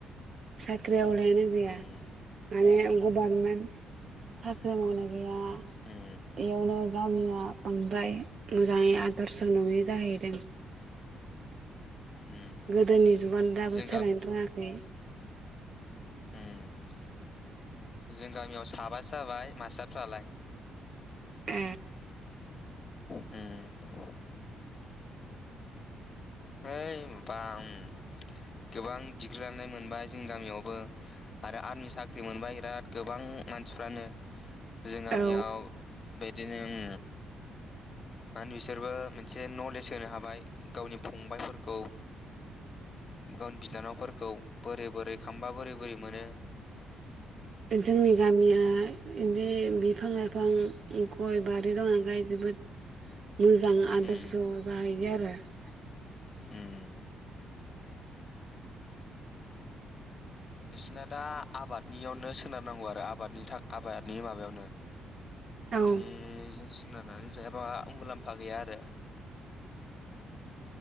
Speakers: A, on the right; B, on the left.
A: साख्रि ओं मानो गैया
B: उम
A: माने गभारमेन साख्रि जों मावना‌ जा नाया
B: उम
A: इयावनो गामिया बांद्राय मोजाङै आदर्श फोर नङि जाहैदों
B: उम
A: गोदोनि जुगानो दाबो
B: जों
A: सोलायनो रोङाखै
B: ओम जों गामियाव साबासो जाबाय मास्टारफ्रालाय
A: ओ
B: हम ओइ माबा ओं गोबां डिग्रि लानाय मोनबाय जोंनि गामियावबो आरो आरमि साख्रि मोनबाय इराद गोबां मानसिफ्रानो जों गामियाव
A: औ
B: बिदिनो ओम मानो बिसोरबो मोनसे नलेज होनो हाबाय गावनि फंबाइफोरखौ गावनि बिनानावफोरखौ बोरै बोरै खामबा बोरै बोरै मोनो
A: जोंनि गामिया बिदि बिदि बिफां लाइफां गय बारि दंनालाय जोबोद मोजां आदर्श'
B: उम
A: जाहैयो आरो <unintelligible>
B: उम बिसना दा आबादनियावनो सोनारनांगौ आरो आबादनि था आबादनि माबायावनो बिनिजों
A: औ
B: सोनारनानै जायाबा मुलाम्फा गैया आरो